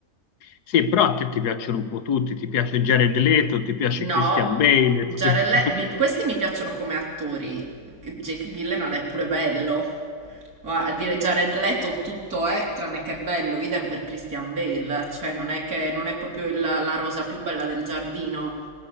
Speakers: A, on the left; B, on the right.
A: Sì, però a te ti piacciono un po' tutti, ti piace Jared Leto, ti piace
B: No,
A: Christian Bale.
B: Jared
A: <laughs> ti piace-
B: Le- mi- questi mi piacciono come attori. Jake Gyllenhaal è pure bello. Ma a dire Jared Leto tutto è tranne che bello, idem per Christian Bale, cioè non è che non è proprio il- la rosa più bella del giardino.